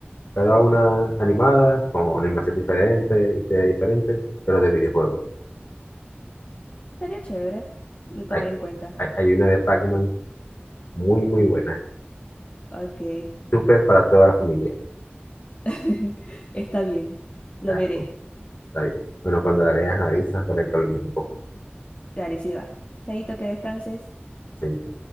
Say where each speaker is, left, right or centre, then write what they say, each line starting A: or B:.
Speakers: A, on the left; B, on the left.
A: cada una animada, con una invasión diferente, historia diferente, pero de videojuegos
B: Sería chévere. Lo tomaré
A: Hay,
B: en cuenta.
A: Hay, hay una de Pac-Man muy, muy
B: Mm,
A: buena.
B: Ok.
A: Súper para toda la familia.
B: <laughs> Está bien. Lo
A: la
B: veré.
A: recomiendo. Está bien. Bueno, cuando la veas, avisas para que hablemos un poco.
B: Dale, sí va. Chaito, que descanses.
A: Chaito.